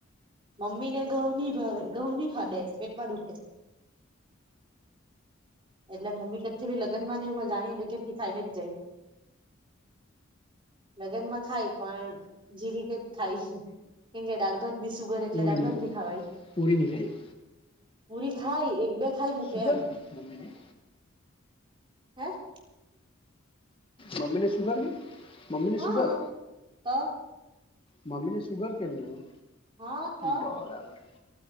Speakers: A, on the right; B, on the left.
A: મમ્મી ને ઘઉં ની ભાવે ઘઉં ની ખાડે પેટમાં દુખે એટલે મમ્મી કચ્છી ભી લગન માંને જાણી કેથી ખાઈને જાય. લગ્ન માં ખાય પણ જે રીતે જ ખાય કેમ કે દાળભાત બી સુગર એટલે
B: પૂરીની
A: દાળભત નની ખાવાય
B: પૂરીની ખાઈ
A: પૂરી ખાય એક બે થાય મ
B: સુગર
A: કે એમ
B: મમ્મીને
A: <inaudible>
B: મ્મીને શુગર કે મ્મીને
A: હા
B: શુગર
A: તો
B: મમ્મીને સુુગર કેવું
A: હા તો
B: બરાબર